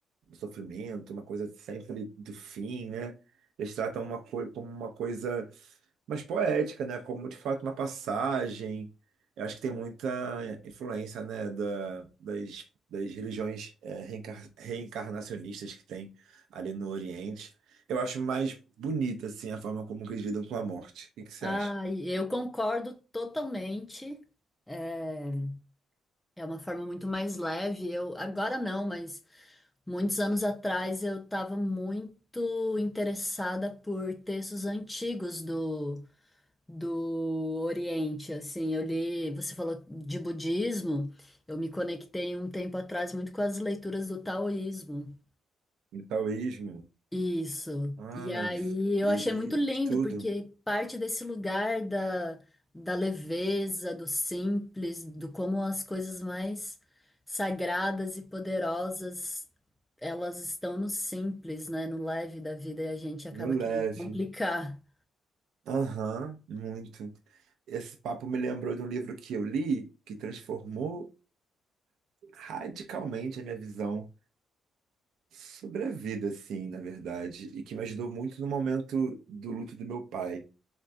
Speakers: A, on the right; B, in the centre.
A: sofrimento, uma coisa sempre do fim, né? Eles tratam uma coisa como uma coisa mais poética, né? Como de fato uma passagem. Eu acho que tem muita influência, né? Da, das, das religiões eh, reencar- reencarnacionistas que tem ali no Oriente. Eu acho mais bonita, assim, a forma como eles lidam com a morte. O que que você
B: Ah,
A: acha?
B: e eu concordo totalmente. É, é uma forma muito mais leve. Eu agora não, mas muitos anos atrás eu estava muito interessada por textos antigos do do Oriente, assim, eu li, você falou de budismo, eu me conectei um tempo atrás muito com as leituras do taoísmo.
A: no taoísmo,
B: Isso.
A: Ana,
B: E aí eu
A: e
B: achei muito lindo,
A: tudo,
B: porque parte desse lugar da, da leveza, do simples, do como as coisas mais sagradas e poderosas, elas estão no simples, né? No leve da vida, e a gente acaba
A: no leve.
B: querendo complicar.
A: Aham, muito. Esse papo me lembrou de um livro que eu li que transformou radicalmente a minha visão sobre a vida, assim, na verdade, e que me ajudou muito no momento do luto do meu pai,